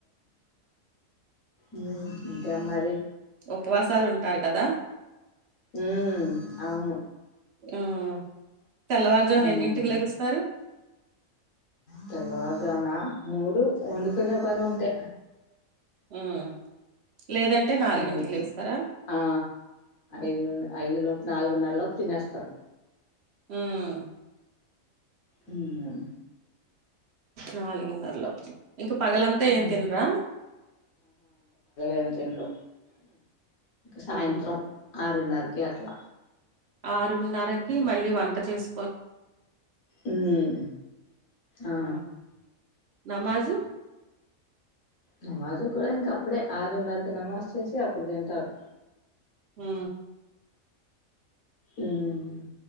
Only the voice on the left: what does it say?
ఇంకేం మరి?
మ్మ్ అవును
మ్మ్
తెల్లవారుజామున మూడు వండుకునే పని ఉంటే.
మూడింటి
మ్ ఆ ఐదు ఐదు లోప్ నాలుగున్నర లోపు తినేస్తాం
ఉమ్
మ్మ్
ఎం తిందు సాయంత్రం
ఆరున్నరకి అట్లా
ఉమ్ ఆ
నమాజు కూడా ఇంక అప్పుడే ఆరున్నరకి నమాజ్ చేసి అప్పుడు తింటారు
మ్మ్